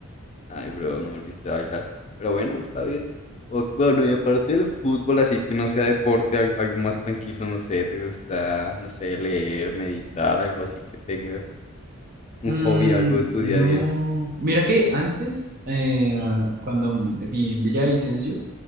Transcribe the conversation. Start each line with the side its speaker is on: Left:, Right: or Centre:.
Left: Ay, bro, no volviste a bailar. Pero bueno, está bien. O- Bueno, y aparte del fútbol, así que no sea deporte, al- algo, más tranquilo, no sé, te gusta, no sé, leer, meditar, algo así que tengas un
Right: Mm,
Left: hobby, algo de tu
Right: no.
Left: día a día.
Right: Mira que antes, eh, cuando viví en Villavicencio,